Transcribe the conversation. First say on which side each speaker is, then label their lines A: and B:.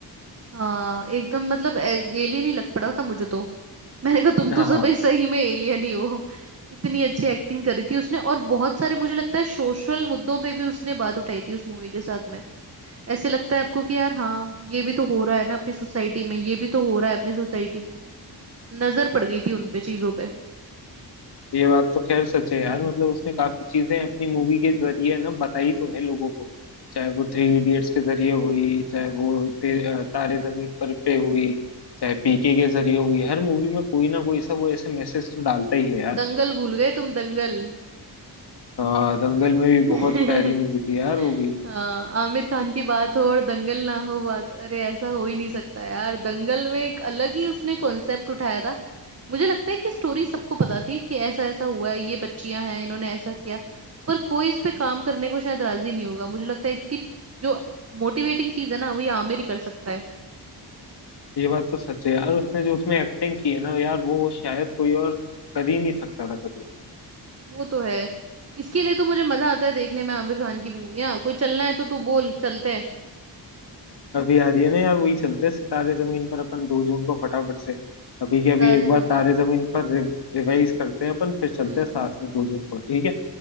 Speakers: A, on the right; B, on the left.
A: हाँ एकदम मतलब एलियन ही लग पड़ा था मुझे तो मैंने कहा तुम
B: हाँ
A: तो सब एक सही में एलियन ही हो इतनी अच्छी एक्टिंग करी थी उसने और बहुत सारे मुझे लगता है सोशल मुद्दों पे भी उसने बात उठाई थी उस मूवी के साथ में ऐसे लगता है आपको कि यार हाँ ये भी तो हो रहा है ना अपनी सोसाइटी में ये भी तो हो रहा है अपनी सोसाइटी में नजर पड़ गई थी उनपे चीजों पे
B: ये बात तो खैर सच है यार मतलब उसने काफी चीजें अपनी मूवी के जरिए ना बताई तो है लोगों को चाहे वो थ्री इडियट्स के जरिए हुई
A: हम्म
B: चाहे वो ते, अ, तारे जमीन पर पे हुई चाहे पीके के जरिए हुई हर मूवी में कोई ना कोई सा वो ऐसे मैसेज तो डालता ही है यार
A: दंगल भूल गए तुम दंगल
B: अ, दंगल में भी बहुत
A: <laughs>
B: प्यारी मूवी थी यार वो भी
A: हाँ आमिर खान की बात हो और दंगल ना हो बात अरे ऐसा हो ही नहीं सकता यार दंगल में एक अलग ही उसने कॉन्सेप्ट उठाया था मुझे लगता है कि स्टोरी सबको पता थी कि ऐसा ऐसा हुआ है ये बच्चियां हैं इन्होंने ऐसा किया पर कोई इस पे काम करने को शायद राजी नहीं होगा मुझे लगता है इतनी जो मोटिवेटिंग चीज है ना वही आमिर ही कर सकता है
B: ये बात तो सच है यार उसने जो उसमें एक्टिंग की है ना यार वो शायद कोई और कर ही नहीं सकता था कभी
A: वो तो है इसके लिए तो मुझे मजा आता है देखने में आमिर खान की मूवियां कोई चलना है तो तू बोल चलते हैं
B: अभी आ रही है ना यार वही चलते हैं सितारे जमीन पर अपन दो जून को फटाफट से अभी
A: सितारे
B: के अभी एक बार
A: जमीन
B: तारे
A: पर
B: जमीन पर रि, रिवाइज करते हैं अपन फिर चलते
A: हम्म
B: हैं साथ में दो जून को ठीक है